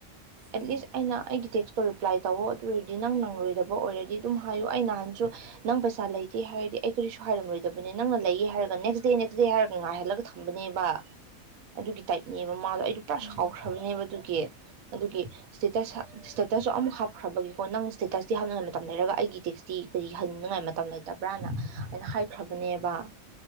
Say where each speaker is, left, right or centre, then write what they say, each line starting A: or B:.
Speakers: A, on the right; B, on the right.
A: ꯑꯦꯠꯂꯤꯁ
B: ꯎꯝ
A: ꯑꯩꯅ ꯑꯩꯒꯤ ꯇꯦꯛꯁꯇꯣ ꯔꯤꯄ꯭ꯂꯥꯏ ꯇꯧ‌‌‍‍‌ꯑꯣ ꯑꯗꯨ ꯑꯣꯏꯔꯗꯤ ꯅꯪ ꯅꯪꯂꯣꯏꯗꯕ ꯑꯣꯏꯔꯗꯤ ꯑꯗꯨꯝ ꯍꯥꯏꯌꯨ ꯑꯩ ꯅꯍꯥꯟꯁꯨ ꯅꯪ ꯄꯩꯁꯥ ꯂꯩꯇꯦ ꯍꯥꯏꯔꯗꯤ ꯑꯩ ꯀꯔꯤꯁꯨ ꯍꯥꯏꯔꯝꯂꯣꯏꯗꯕꯅꯤ ꯅꯪꯅ ꯂꯩꯌꯦ ꯍꯥꯏꯔꯒ ꯅꯦꯛꯁ ꯗꯦ ꯅꯦꯛꯁ ꯗꯦ ꯍꯥꯏꯔꯒ ꯉꯥꯏꯍꯜꯂꯒ ꯊꯝꯕꯅꯦꯕ ꯑꯗꯨꯒꯤ ꯇꯥꯏꯞꯅꯦꯕ ꯃꯥꯗꯣ ꯑꯩꯗꯨ ꯄꯨꯔꯥ
B: ꯎꯝ
A: ꯁꯥꯎꯈ꯭ꯔꯕꯅꯦꯕ ꯑꯗꯨꯒꯤ ꯑꯗꯨꯒꯤ ꯁ꯭ꯇꯦꯇꯁ
B: ꯎꯝ
A: ꯁ꯭ꯇꯦꯇꯁꯁꯨ ꯑꯃꯨꯛ ꯍꯥꯞꯈ꯭ꯔꯕꯒꯤ ꯑꯣ ꯅꯪ ꯁ꯭ꯇꯦꯇꯁꯇꯤ ꯍꯥꯞꯅꯉꯥꯏ ꯃꯇꯝ ꯂꯩꯔꯒ ꯑꯩꯒꯤ ꯇꯦꯛꯁꯇꯤ ꯀꯔꯤ ꯍꯟꯅꯤꯡꯉꯥꯏ ꯃꯇꯝ ꯂꯩꯇꯕ꯭ꯔꯥꯅ ꯑꯩꯅ ꯍꯥꯏ ꯈ꯭ꯔꯕꯅꯦꯕ